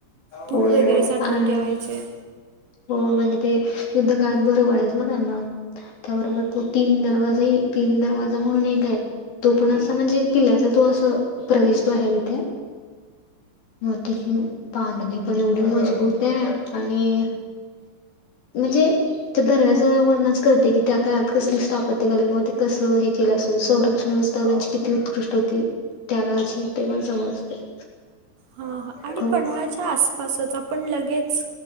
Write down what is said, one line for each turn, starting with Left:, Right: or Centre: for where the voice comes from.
Right: तूप
Left: होय
Right: वेगळे
Left: होय
Right: साठवून
Left: आणि
Right: ठेवायचे.
Left: हो म्हणजे ते युद्ध काळात बरं पडायचं ना? त्यांना त्याबरोबर तो तीन दरवाजाही तीन दरवाजा म्हणून एक हाय. तो पण असा म्हणजे? किल्ल्याचा तो अस प्रवेशद्वार आहे. तिथे मग त्याची बांधणी पण एवढी मजबूत आहे. आणि म्हणजे ते दरवाज्यावरनच कळते की? त्या काळात कसली स्थापत्य कला किंवा ते कसं हे केलं असेल. संरक्षण अस म्हणजे किती उत्कृष्ट होती. त्या काळची ते पण समजते.
Right: हा, हा आणि
Left: खूप
Right: पन्हाळच्या आसपासच आपण लगेच